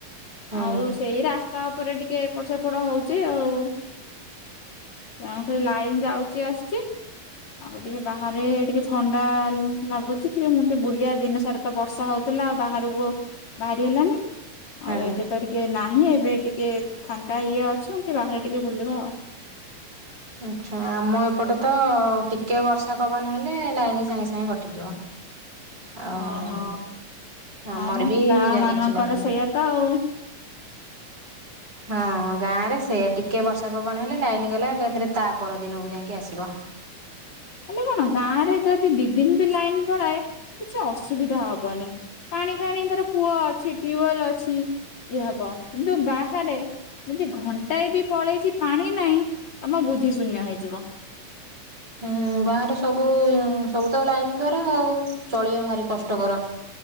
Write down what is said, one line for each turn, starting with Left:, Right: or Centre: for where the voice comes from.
Right: ହୁଁ
Left: ଆଉ ସେଇ ରାସ୍ ତାପରେ ଟିକେ ଏପଟ ସେପଡ ହଉଛି ଆଉ। ଯେଉଁଠି ଲାଇନ ଯାଉଛି ଆସୁଛି ଆଉ ଟିକେ ବାହାରେ ଟିକେ ଥଣ୍ଡା ଲା ଲାଗୁଛି ଟିକେ ମୁଁ ଟିକେ ବୁଲିବା ଦିନ ସାରା ତ ବର୍ଷା ହଉଥା ଥିଲା ବାହାରକୁ ବାହାରି ହେଲାନି
Right: ହୁଁ।
Left: ଆଉ ଏବେ ତ ଟିକେ ନା ହିଁ ଏବେ ଟିକେ ଫାଙ୍କା ଇଏ ଅଛନ୍ତି। ବାହାରେ ଟିକେ ବୁଲିବା ଆଉ।
Right: ଆଛା ଆମ ଏପଟେ ତ ଟିକେ ବର୍ଷା ପବନ ହେଲେ ଲାଇନ ସାଙ୍ଗେ ସାଙ୍ଗେ କଟିଯିବ। ଆଉ
Left: ହଁ ହଁ
Right: ଆମର
Left: ହମ
Right: ବି
Left: ଗାଁ
Right: ଯାଇଛି
Left: ମାନଙ୍କରେ
Right: ଲାଇନି।
Left: ସେଇଆ ତ ଆଉ।
Right: ହଁ ଗାଁରେ ସେଇଆ ଟିକେ ବର୍ଷା ପବନ ହେଲେ ଲାଇନ ଗଲା ଏଥିରେ ତାପର ଦିନକୁ ଯାଇକି ଆସିବ।
Left: ହେଲେ କଣ ଗାଁ ରେ ଯଦି ଦି ଦିନ ବି ଲାଇନ ପଳାଏ କିଛି ଅସୁବିଧା ହବନି। ପାଣି ଫାଣି ଧର କୂଅ ଅଛି ଟ୍ୟୁବେଲ ଅଛି ଇଏ ହବ କିନ୍ତୁ ବାହାରେ ଯଦି ଘଣ୍ଟାଏ ବି ପଳେଇଛି ପାଣି ନାହିଁ ଆମ ବୁଦ୍ଧି ଶୂନ୍ୟ ହେଇଯିବ।
Right: ଉଁ ବାହାରେ ସବୁ ସବୁ ତ ଲାଇନ ଦ୍ଵାରା ଆଉ ଚଲିବା ଭାରି କଷ୍ଟକର।